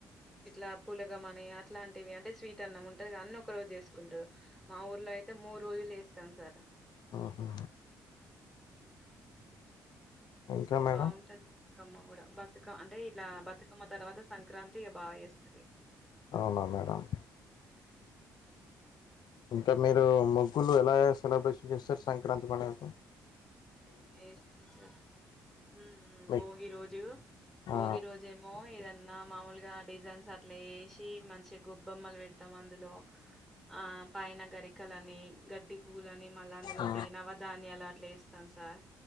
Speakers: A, in the centre; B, on the left (about 65°).
A: <inaudible> స్వీట్ అన్నం ఉంటదిగ అన్ని ఒక రోజు చేస్కుంటారు మా ఊర్లో ఐతె ము రోజులు ఏస్తాం సార్
B: ఆహా
A: అ
B: ఇంకా
A: ఏ
B: మేడం
A: బాంటది త్కమ్మ గుడా బతుక అంటే ఇట్ల బతు మ్మ తర్వాత సంక్రాంతి ఎ బా చేస్తరిం
B: ఔనా మేడం ఇంక మీరు ముగ్గులు ఎలాఎ సెలబ్రేషన్ జేస్తరు సంక్రాంతి పండగకు
A: ఏస్తాం సర్ ఉమ్
B: మీ
A: భోగి రోజు భోగి
B: ఆ
A: రోజేమో ఏదన్ న్న మామూలుగా డిజైన్స్ అట్లా ఏశి మంచిగ్ గొబ్బొమ్మలు పెడ్తాం అందులో ఆ పయైనగరిక్ కలనీ గడ్డి పూలని మళ్ళా అందులోటి
B: ఆ
A: నవధాన్యాలా ట్లేస్ సంసార్